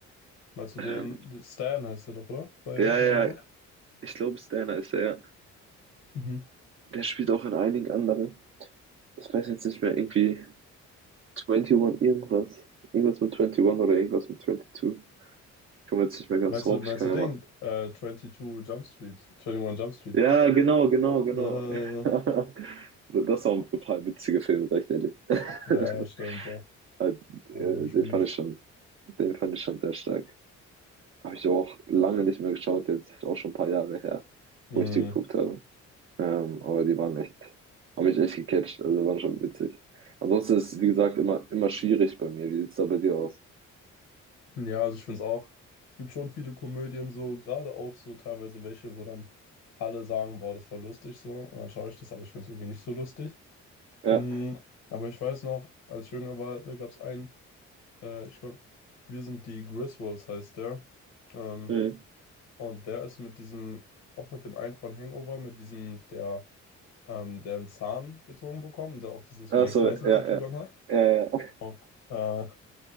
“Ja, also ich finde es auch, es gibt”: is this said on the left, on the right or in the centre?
Left